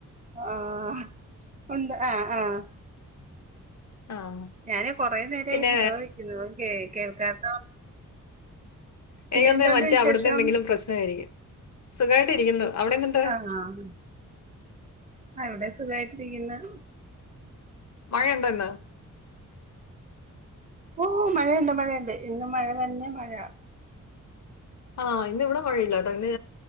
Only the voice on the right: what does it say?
ആഹ് ഉണ്ട് ആഹ് ആഹ്.
ഞാന് കുറേ നേരയി
ഹലോ വിളിക്കുന്നു കേ കേൾക്കാത്ത പിന്നെ
എന്തുണ്ട്
വിശേഷം
ആഹ് ഇവിടെ സുഖായിട്ടിരിക്ക്ന്ന്.
ഓഹ് മഴയുണ്ട് മഴയുണ്ട് ഇന്ന് മഴ തന്നെ മഴ.